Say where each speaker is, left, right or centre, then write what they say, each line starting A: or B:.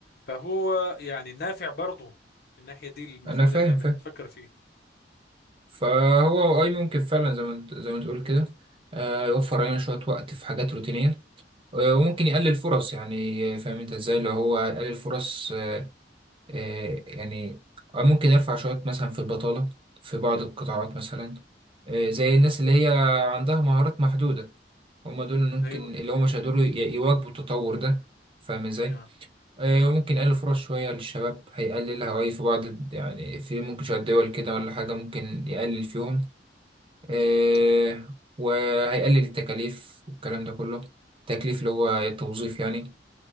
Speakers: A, on the left (about 60°); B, on the right (about 30°).
A: فهو يعني نافع برضه الناحية دي المفروض
B: انا فاهم
A: احنا بنتفكر
B: فاهم
A: فيه
B: فهو اي ممكن فعلا زي ما انت زي ما تقول كده آه، يوفر علينا شويه وقت في حاجات روتينيه آه، وممكن يقلل فرص يعني آه، فاهم انت ازاي اللي هو يقلل فرص آه، آه، يعني آه، ممكن يرفع شويه مثلا في البطاله في بعض القطاعات مثلا آه، زي
A: نعم
B: الناس اللي هي عندها مهارات محدوده هم دول اللي ممكن
A: ايوه
B: اللي هم مش هيقدروا ي- يواكبوا التطور ده فاهم ازاي
A: نعم
B: آه، ممكن يقلل فرص شوية للشباب هيقللها أي في بعض الد- يعني في ممكن شوية دول كده ولا حاجة ممكن يقلل فيهم آه،
A: نعم
B: وهيقلل التكاليف والكلام ده كله التكليف اللي هو التوظيف يعني